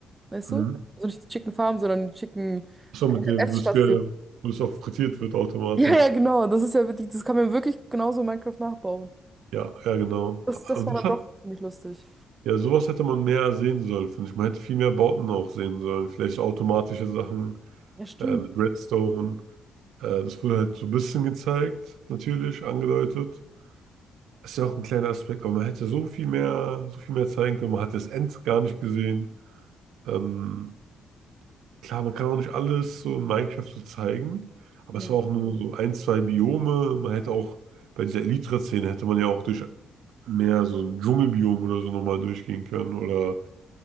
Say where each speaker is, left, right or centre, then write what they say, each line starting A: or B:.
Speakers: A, on the right; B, on the right.
A: weißt
B: hm.
A: du? Also nicht die Chicken Farm, sondern die Chicken.
B: So mit dem,
A: Essstation
B: wo es, ge- wo es auch frittiert wird automatisch.
A: Ja, ja, genau. Das ist ja wirklich, das kann man wirklich genauso in Minecraft nachbauen.
B: Ja, ja, genau.
A: Das,
B: Also
A: das war
B: das
A: dann
B: hat,
A: doch ziemlich lustig.
B: ja, sowas hätte man mehr sehen sollen, finde ich. Man hätte viel mehr Bauten auch sehen sollen. Vielleicht so automatische Sachen
A: Ja, stimmt.
B: äh, mit Redstone. Äh, das wurde halt so ein bisschen gezeigt, natürlich, angedeutet. Ist ja auch ein kleiner Aspekt, aber man hätte so viel mehr, so viel mehr zeigen können. Man hat das End gar nicht gesehen. Ähm, klar, man kann auch nicht alles so in Minecraft so zeigen, aber
A: Ja,
B: es war auch nur so ein, zwei Biome. Man hätte auch bei dieser Elytra-Szene hätte man ja auch durch mehr so ein Dschungelbiom oder so nochmal durchgehen können oder